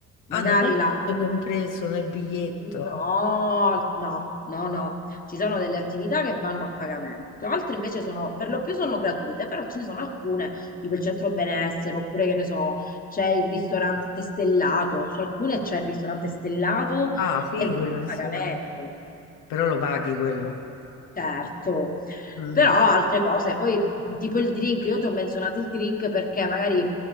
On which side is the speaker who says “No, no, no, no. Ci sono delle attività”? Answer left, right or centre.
Left